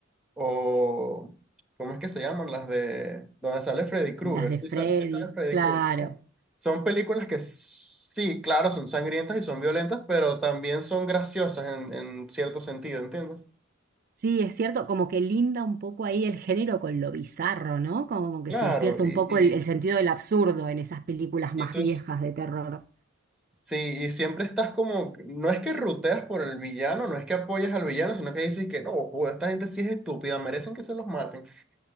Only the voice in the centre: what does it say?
o ¿cómo es que se llaman? Las de donde sale Freddy Krueger,
sí,
sa- sí sabe Freddy
Krueger, ¿no? Son películas que s- sí, claro, son sangrientas y son violentas, pero también son graciosas en, en cierto sentido, ¿entiendes?
Claro,
y,
y,
y
tú
Sí, y siempre estás como, no es que ruteas por el villano, no es que apoyas al villano, sino que dices que no, joder, esta gente sí es estúpida, merecen que se los maten,